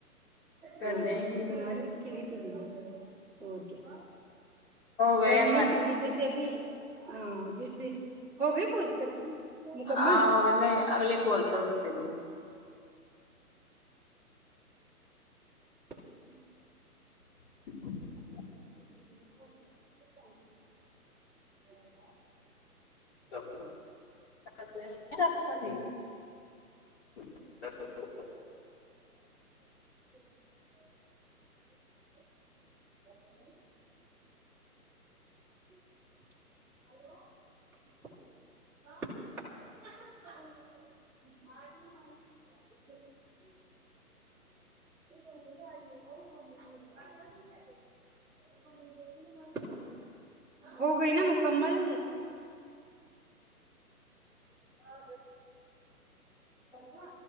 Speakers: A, on the left (about 40°); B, in the centre.
A: کر
B: ہاں
A: لیں
B: دودھ وودھ
A: گے
B: بنا
A: ہو
B: رہی اس کی <inaudible> اور کیا
A: گئے
B: کرنے
A: ہمارے
B: کیکہ جیسے ابھی ہاں جیسے ہو گئی پ مکمل
A: ہاں ہو گئے میں اگلی کال کر کرتی
B: <inaudible>
A: <inaudible>
B: <unintelligible> <inaudible>
A: <inaudible> <inaudible>
B: <inaudible> ہلو ہو گئی نا مکمل پا گا